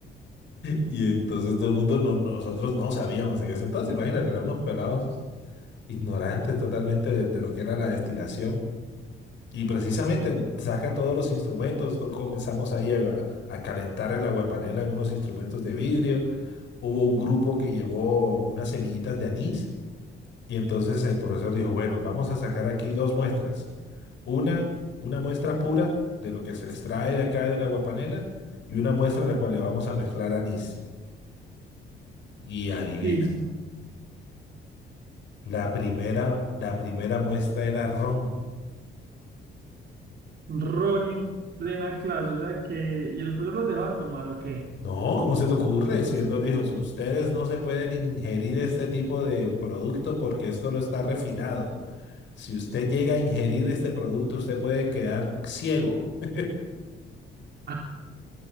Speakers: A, on the left; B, on the right.
A: Y entonces todo el mundo, no, nosotros no sabíamos en ese entonces, imagínate, eran unos pelados ignorantes totalmente de, de lo que era la destilación. Y precisamente saca todos los instrumentos, to- comenzamos ahí a, a calentar el aguapanela en unos instrumentos de vidrio. Hubo un grupo que llevó unas semillitas de anís y entonces el profesor dijo, bueno, vamos a sacar aquí dos muestras. Una, una muestra pura de lo que se extrae de acá del aguapanela y una muestra en la cual le vamos a mezclar anís. Y adivina,
B: Sí, sí.
A: la primera, la primera muestra era ron.
B: Ronnie en plena clase, o sea que. ¿Y el profesor los dejaba tomar o qué?
A: No, ¿cómo se te ocurre? Si él nos dijo, "Si ustedes no se pueden ingerir este tipo de producto porque esto no está refinado. Si usted llega a ingerir este producto, usted puede quedar ciego. <laughs>
B: <laughs>